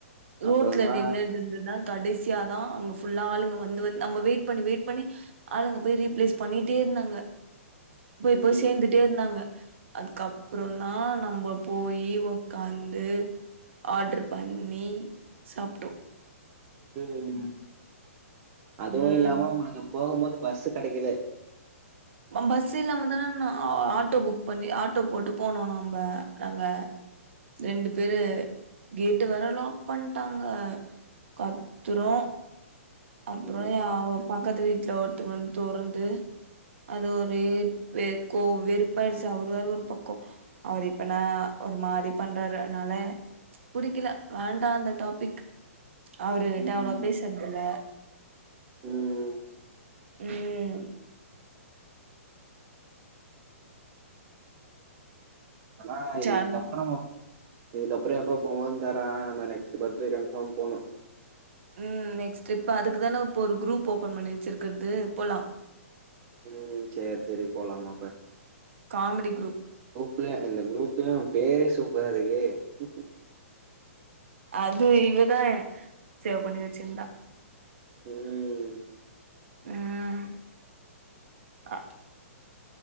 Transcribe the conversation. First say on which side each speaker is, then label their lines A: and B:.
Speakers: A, on the right (about 55°); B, on the right (about 35°).
A: ரோட்ல
B: அப்புறந்தா
A: நின்னு நின்னுதா கடைசியாதா ஃபுல்லா ஆளுங்க வந்து வந்து நம்ம வெயிட் பண்ணி வெயிட் பண்ணி ஆளுங்க போய் ரீப்ளேஸ் பண்ணிட்டே ருந்தாங்க போய்ப்போய்
B: ம்
A: சேந்துட்டே இருந்தாங்க அதுக்கப்பற தா நம்ம போயி உக்காந்து ஆட்ரு பண்ணி சாப்டோ
B: உம் அதுவும்
A: ம்
B: இல்லாம ஒனக்கு போகும் போது பஸ்ஸு கெடைக்கல
A: பஸ் இல்லாம தான ஆட்டோ புக் பண்ணி ஆட்டோ போட்டு போனோ நம்ப நாங்க ரெண்டு <unintelligible> கேட்டு வேற லாக் பண்டாங்க கத்துரோ அப்றோ
B: ஐயோப்பா
A: பக்கத்து வீட்டுல ஒருத்தக வந்து தொறந்து அது ஒரே வெ கோ வெறுப்பாயிடுச்சு அவரு வே ஒரு பக்கம் அவர் இப்பனா ஒரு மாரி பண்றாருனால புடிக்கல வேண்டா அந்த டாபிக் அவரு கிட்ட
B: ம்
A: அவ்ளோ பேஸ்றதில்ல
B: ம்
A: உம்
B: ஆனா
A: சர்ணா
B: இதுக்கப்ற நம இதுக்கப்பற எப்ப போவோனு தரே நம்ம நெக்ஸ்ட் பத்டே கன்ஃபாம் போணு
A: உம் நெக்ஸ்ட் இப்ப அதுக்குதான இப்ப ஒரு குரூப் ஓபன் பண்ணி வச்சிருக்கிறது போலாம்
B: உம் செரி செரி போலாமப்ப
A: காமெடி குரூப்
B: குரூப்ல இந்த குரூப்லய பேலயர்ஸு <unintelligible>
A: அது இவதா சேவ் பண்ணி வச்சிருந்தா
B: உம்
A: உம் அ